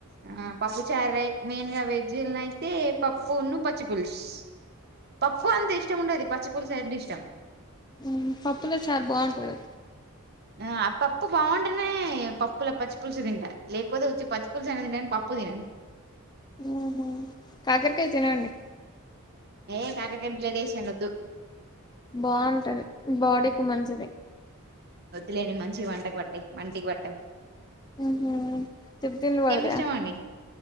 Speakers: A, on the right (about 45°); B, on the left (about 20°).
A: ఆ పప్పు చార్ మెయిన్ గా వెజ్జున్నయితే పప్పును పచ్చి పులుసు పప్పు అంటే ఇష్టం ఉండదు పచ్చి పులుసు అంటే ఇష్టం
B: ఉయ్ పప్పులో చార్ బాగుంటంది
A: ఆయ్ పప్పు బాగుంటేనే పప్పుల పచ్చి పులుసు తింటా లేకపోతే వచ్చి పచ్చి పులుసు తింటాను పప్పు తినను
B: ఊహు కాకరకయ తినండి
A: ఏ యో కాకరకాయ జడెం సోద్దు
B: బాగుంటది బాడికి మంచిది
A: వద్దులేని మంచివి వంటకు పట్టాయి వంటికి పట్టవు
B: ఉహు తిగ్గలు పడతాయ
A: ఇష్టం అండి